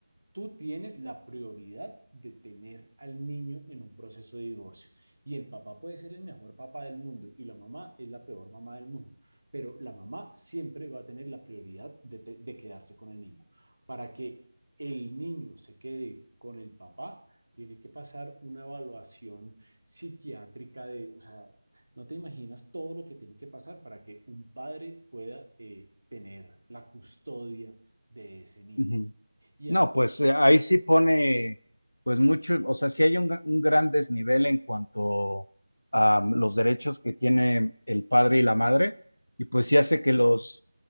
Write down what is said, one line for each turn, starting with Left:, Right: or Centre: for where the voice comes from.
Right: Tú tienes la prioridad de tener al niño en un proceso de divorcio. Y el papá puede ser el mejor papá del mundo y la mamá es la peor mamá del mundo. Pero la mamá siempre va a tener la prioridad de, te- de quedarse con el niño. Para que el niño se quede con el papá, tiene que pasar una evaluación psiquiátrica de, o sea, no te imaginas todo lo que tiene que pasar para que un padre pueda eh, tener la custodia de ese niño.
Left: ujú.
Right: Y
Left: No,
Right: al,
Left: pues eh, ahí sí pone, pues mucho, o sea, sí hay un, ga- un gran desnivel en cuanto a mm, los derechos que tiene el padre y la madre, y pues sí hace que los,